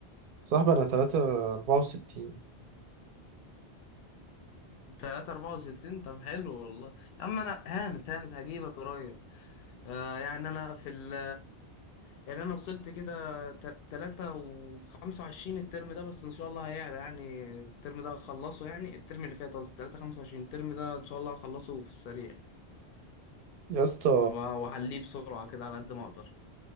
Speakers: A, on the right (about 60°); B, on the left (about 65°).
A: صاحبي انا 3 64
B: 3 64 طب حلو والله يا عم أنا هانت هانت هجيبك قريب آه يعني أنا في ال يعني انا وصلت كده ت- تلاتة وخمسة وعشرين الترم ده بس ان شاء الله هيعلى يعني الترم ده هخلصه يعني الترم اللي فات قصدي تلاتة خمسة وعشرين الترم ده ان شاء الله هخلصه في السريع
A: يا اسطى
B: وه- وهعليه بسرعة كده على قد ما اقدر